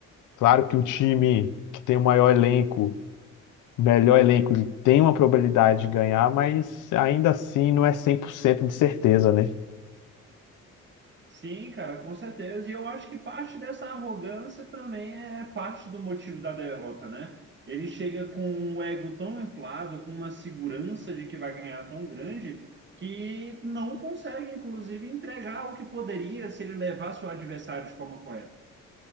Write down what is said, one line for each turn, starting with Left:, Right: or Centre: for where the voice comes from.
Left: Claro que o time que tem o maior elenco melhor elenco, ele tem uma probabilidade de ganhar, mas ainda assim não é 100% de certeza, né?
Right: Sim, cara, com certeza. E eu acho que parte dessa arrogância também é parte do motivo da derrota, né? Ele chega com um ego tão inflado, com uma segurança de que vai ganhar tão grande, que não consegue, inclusive, entregar o que poderia se ele levasse o adversário de forma correta.